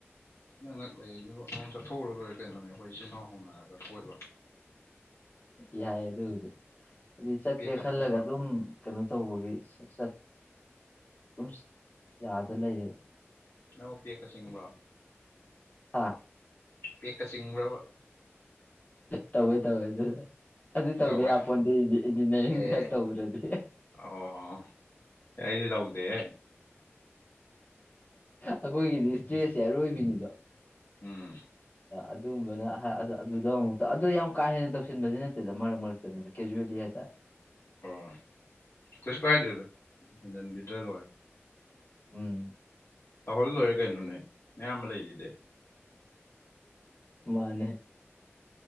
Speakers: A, on the left; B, on the left.
A: ꯅꯪ ꯅꯛ ꯂꯩꯔꯤꯁꯤ ꯅꯪꯉ ꯆꯠꯊꯣꯛꯎꯔ ꯂꯣꯏꯔꯦ ꯀꯩꯅꯣꯅꯦ ꯑꯩꯈꯣꯏ ꯏꯆꯤꯜ ꯏꯅꯥꯎ ꯍꯣꯡꯅꯔꯒ ꯀꯣꯏꯕ
B: ꯌꯥꯏ ꯑꯗꯨꯕꯨꯗꯤ ꯑꯗꯨꯗꯤ ꯆꯠꯀꯦ
A: ꯄꯦꯛꯀ
B: ꯈꯜꯂꯒ
A: ꯆꯤꯡꯕ꯭ꯔꯣ
B: ꯑꯗꯨꯝ ꯀꯩꯅꯣ ꯇꯧꯕꯒꯤꯆꯠ ꯑꯗꯨ ꯌꯥꯗ ꯂꯩꯔꯤꯕꯔꯤ
A: ꯏꯅꯥꯎ ꯄꯦꯛꯀ ꯆꯤꯡꯕ꯭ꯔꯣ
B: ꯑꯥ
A: ꯄꯦꯀꯆꯤꯡꯕ꯭ꯔꯕ
B: ꯇꯧꯏ ꯇꯧꯏ ꯑꯗꯨ ꯑꯗꯨ ꯇꯧꯗꯦ
A: ꯇꯧꯋꯦ
B: ꯌꯄꯣꯟꯗꯤ ꯏꯟꯖꯤꯅꯤꯌꯥꯔꯤꯡꯗ
A: ꯑꯦ
B: ꯇꯧꯔꯗꯤ
A: ꯑꯣ ꯑꯩꯗꯤ ꯇꯧꯗꯦ ꯍꯦ
B: ꯑꯩꯈꯣꯏꯒꯤꯗꯤ ꯏꯁꯇ꯭ꯔꯦꯁꯁꯦ ꯑꯔꯣꯏꯕꯤꯅꯤꯗꯣ
A: ꯎꯝ
B: ꯑꯗꯨꯒꯝꯕꯅ ꯑꯗꯨꯗ ꯑꯃꯨꯛꯇ ꯑꯗꯨꯗꯣ ꯌꯥꯝ ꯀꯥ ꯍꯦꯟꯅ ꯇꯧꯁꯤꯟꯕꯗꯤ ꯅꯠꯇꯦꯗ ꯃꯔꯛ ꯃꯔꯛꯇꯅꯤꯗ ꯀꯦꯖꯨꯋꯦꯜꯂꯤ ꯍꯥꯏꯦ <inaudible>
A: ꯍꯣꯏ ꯀꯩꯁꯨ ꯀꯥꯏꯗꯦꯗ ꯍꯦꯟꯖꯤꯟꯕꯤꯗ꯭ꯔ ꯂꯣꯏꯔꯦ
B: ꯎꯝ
A: ꯇꯧꯍꯜ ꯂꯣꯏꯔꯦ ꯀꯩꯅꯣꯅꯦ ꯑꯌꯥꯝꯕ ꯂꯩꯈꯤꯗꯦ
B: ꯃꯥꯅꯦ